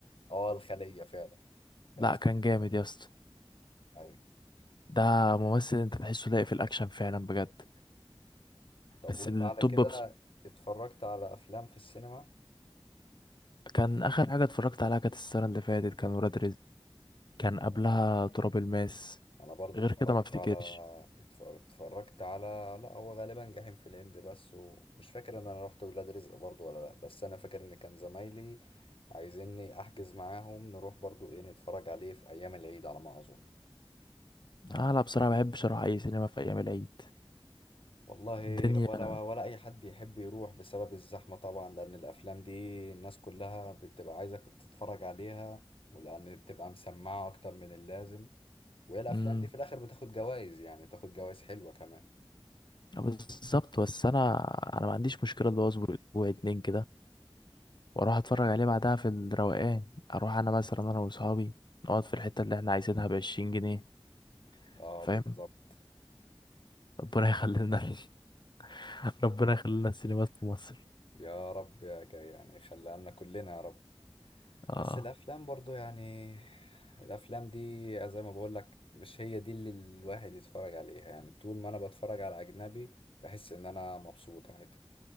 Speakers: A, on the left; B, on the left.
A: اه الخليه فعلا كان
B: لا
A: اسمه
B: كان
A: كده.
B: جامد يا اسطى
A: ايوه
B: ده ممثل انت تحسه لاقي في الاكشن فعلا بجد
A: طب
B: بس
A: وانت
B: التوب
A: على كده
B: بص
A: اتفرجت على افلام في السينما
B: كان اخر حاجة اتفرجت عليها كانت السنة اللي فاتت كان ولاد رزق كان قبلها تراب الماس
A: انا برضو
B: غير
A: اتفرجت
B: كده ما افتكرش
A: على اتفر- اتفرجت على لا هو غالبا جحيم في الهند بس ومش فاكر ان انا رحت ولاد رزق برضو ولا لا بس انا فاكر ان كان زمايلي عايزيني احجز معاهم نروح برضو ايه نتفرج عليه في ايام العيد على ما اظن
B: انا بصراحة ما بحبش اروح اي سينما في ايام العيد
A: والله
B: الدنيا
A: ولا ولا اي حد يحب يروح بسبب الزحمة طبعا لان الافلام دي الناس كلها بتبقى عايزة تتفرج عليها ولان بتبقى مسمعة اكتر من اللازم وهي الافلام
B: امم
A: دي في الاخر بتاخد جوائز يعني بتاخد جوائز حلوة كمان
B: بالظبط بس انا انا ما عنديش مشكله اللي هو اصبر اسبوع اتنين كده واروح اتفرج عليه بعدها في الروقان اروح انا مثلا انا واصحابي نقعد في الحته اللي احنا عايزينها بعشرين جنيه
A: اه
B: فاهم
A: بالظبط
B: ربنا يخلينا ال- <laughs> ربنا يخلينا السينمات في مصر
A: يا رب يا جاي يعني خليها لنا كلنا يا رب
B: اه
A: بس الافلام برضو يعني الافلام دي زي ما بقول لك مش هي دي اللي الواحد يتفرج عليها يعني طول ما انا بتفرج على اجنبي بحس ان انا مبسوط عادي